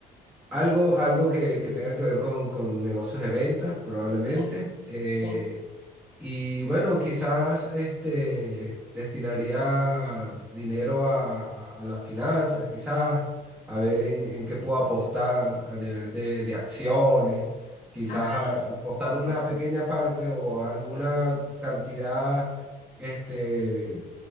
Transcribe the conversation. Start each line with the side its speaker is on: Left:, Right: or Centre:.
Centre: algo, algo que, que tenga que ver con, con negocios de ventas, probablemente.
Left: Ya,
Centre: Eh,
Left: ya.
Centre: y bueno, quizás este, destinaría dinero a, a- a las finanzas, quizás, a ver en, en qué puedo apostar a nivel de, de acciones, quizás
Left: Ah,
Centre: a- apostar una pequeña parte o alguna cantidad, este,